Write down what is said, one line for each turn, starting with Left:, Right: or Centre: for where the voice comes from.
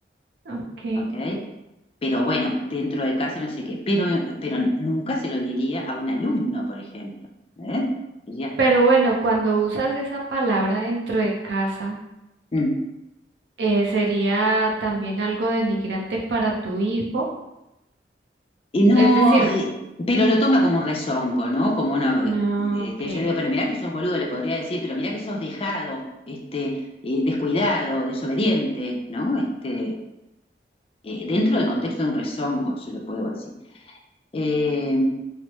Right: ok.
Left: ¿ok? Pero bueno, dentro de casa no sé qué. Pero, pero nunca se lo diría a un alumno, por ejemplo. ¿eh? Diría,
Right: Pero bueno, cuando usas esa palabra dentro de casa,
Left: "Mm,
Right: eh, sería también algo denigrante para tu hijo.
Left: y no,
Right: Es decir,
Left: eh, pero lo toma como un rezongo, ¿no? Como una.
Right: no,
Left: eh, Este,
Right: ok.
Left: yo le digo, pero mirá que sos boludo, le podría decir, pero mirá que sos dejado, este, eh, descuidado, desobediente, ¿no? Este, eh, dentro del contexto de un rezongo, se lo puedo decir. Eh,